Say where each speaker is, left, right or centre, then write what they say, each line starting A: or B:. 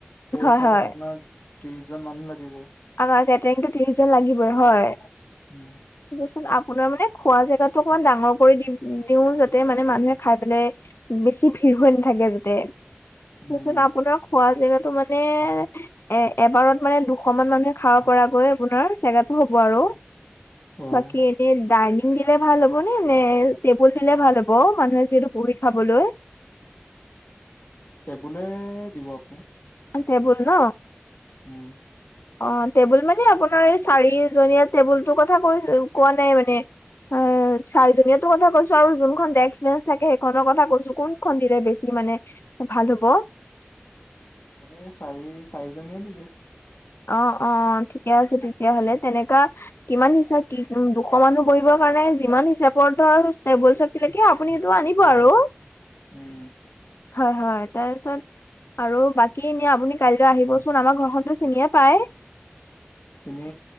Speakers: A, on the left; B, on the left.
A: সেই
B: হয়
A: হিচাপত
B: হয়।
A: আপোনাৰ ত্ৰিশ জন মানুহ লাগিব।
B: আমাৰ কেটাৰিংটো ত্ৰিশজন লাগিবই হয়। দিয়াচোন
A: উম
B: আপোনাৰ মানে খোৱা জেগাতো অকমান ডাঙৰ কৰি দি দিওঁ, যাতে মানে মানুহে খাই পেলাই বেছি ভিৰ হৈ নাথাকে যাতে। তাৰপিছত
A: উম
B: আপোনাৰ খোৱা জেগাতটো মানে এ এবাৰত মানে দু শ অকমান মানুহে খাব পৰা গৈ আপোনাৰ জেগাটো হ'ব আৰু
A: হয়
B: বাকী এনে বহিলে ভাল হ'ব নে, নে টেবুল দিলে ভাল হ'ব, মানুহে যিহেঁতু বহি খাবলৈ হয়
A: টেবুলে দিব আপুনি।
B: টেবুল ন।
A: উম
B: অ টেবুল মানে আপোনাৰ এই চাৰিজনীয়া টেবুল টো কথা কৈ কোৱা নাই মানে এ চাৰিজনীয়াতো কথা কৈছো আৰু যোনখন ডেস্ক বেঞ্চ থাকে সেইখনৰ কথা কৈছো কোন খন দিলে বেছি মানে ভাল হ'ব
A: মানে চাৰি চাৰিজনীয়ে নিদো
B: অ অ অ ঠিকে আছে তেতিয়াহ'লে তেনেকা কিমান হিচাপ কি উম দুশ মানুহ বহিবৰ কাৰণে যিমান হিচাপৰ ধৰ টেবুল থাকিলেকে আপুনি এইটো আনিব আৰু
A: উম
B: হয় হয় তাৰপিছত আৰু বাকী এনে আপুনি কাইলৈ আহিবচোন আমাৰ ঘৰখনতো চিনিয়ে পায়
A: চিনি